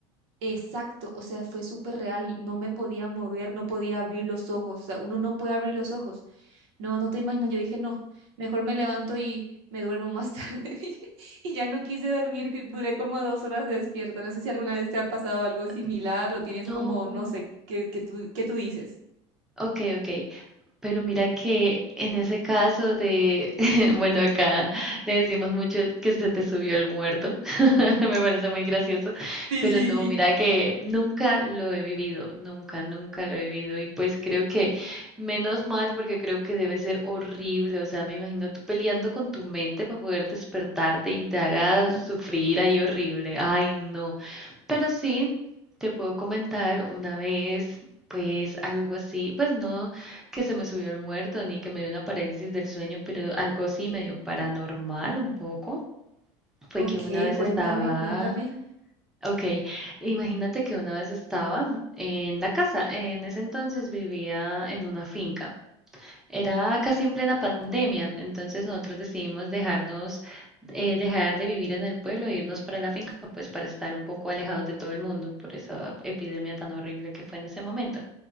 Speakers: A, on the right (about 85°); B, in the centre.
A: Exacto, o sea, fue súper real. No me podía mover, no podía abrir los ojos. O sea, uno no puede abrir los ojos. No, no te imaginas. Yo dije, no, mejor me levanto y me duermo más tarde. <laughs> dije, Y ya no quise dormir, que duré como dos horas despierta. No sé si alguna vez te ha pasado algo similar
B: Mm,
A: o tienes
B: No.
A: como, no sé, ¿qué, qué tú, qué tú dices?
B: Ok, ok. Pero mira que en ese caso de, <laughs> bueno, acá le decimos mucho que se te subió el muerto, <laughs> me parece muy gracioso,
A: Sí,
B: pero
A: sí,
B: no,
A: sí.
B: mira que nunca lo he vivido, nunca, nunca lo he vivido y pues creo que menos mal porque creo que debe ser horrible, o sea, me imagino tú peleando con tu mente para poder despertarte y te haga
A: Mm.
B: sufrir ahí horrible, ay no, pero sí, te puedo comentar una vez, pues algo así, pues no que se me subió el muerto, ni que me dio una parálisis del sueño, pero algo sí medio paranormal un poco. Fue
A: Ok,
B: que una vez
A: cuéntame,
B: estaba,
A: cuéntame.
B: ok, imagínate que una vez estaba en la casa. En ese entonces vivía en una finca. Era casi en plena pandemia, entonces nosotros decidimos dejarnos, eh, dejar de vivir en el pueblo e irnos para la finca, pues para estar un poco alejados de todo el mundo por esa epidemia tan horrible que fue en ese momento.